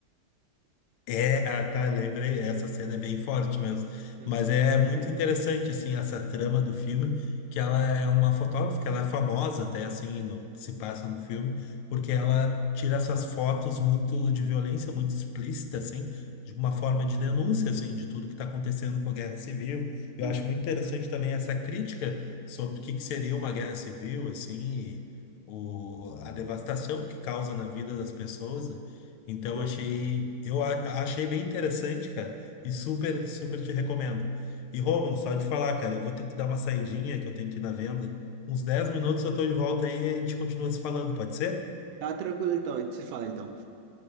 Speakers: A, on the left; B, on the right.
A: É, ah, tá, lembrei, essa cena é bem forte mesmo.
B: Uhum.
A: Mas é muito interessante, assim, essa trama do filme, que ela é uma fotógrafa, que ela é famosa até, assim, no, se passa no filme, porque ela tira essas fotos muito de violência, muito explícita, assim, de uma forma de denúncia, assim, de tudo que está acontecendo com a guerra civil. Eu
B: Uhum.
A: acho muito interessante também essa crítica sobre o que que seria uma guerra civil, assim, e o, a devastação que causa na vida das pessoas, né? Então
B: Sei.
A: achei, eu a- achei bem interessante, cara, e super, super te recomendo. E Romulo, só de falar, cara, eu vou ter que dar uma saidinha que eu tenho que ir na venda. Uns 10 minutos eu tô de volta aí e a gente continua se falando, pode ser?
B: Tá tranquilo então, a gente se fala então.